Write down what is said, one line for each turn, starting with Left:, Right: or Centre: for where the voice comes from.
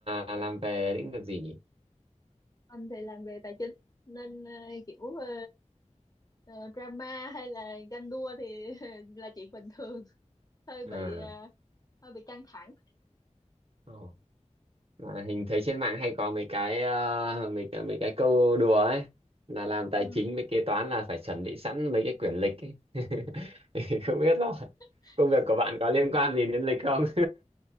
Right: là làm về lĩnh vực gì nhỉ
Left: anh thì làm về tài chính nên ờ, kiểu ờ, ờ, drama hay là ganh đua thì <laughs> là chuyện bình thường hơi bị
Right: à
Left: ờ, hơi bị căng thẳng
Right: ồ. mà hình thấy trên mạng hay có mấy cái ờ, mấy cái mấy cái câu đùa ấy là làm tài
Left: Ừ.
Right: chính với kế toán là phải chuẩn bị sẵn mấy cái quyển lịch ấy. <laughs> không biết là
Left: <laughs>
Right: công việc của bạn có liên quan gì đến lịch không